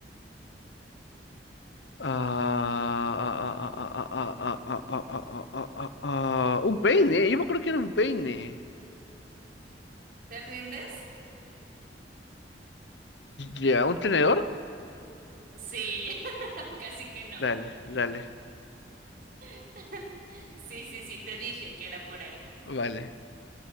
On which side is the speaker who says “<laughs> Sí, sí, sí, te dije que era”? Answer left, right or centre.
Right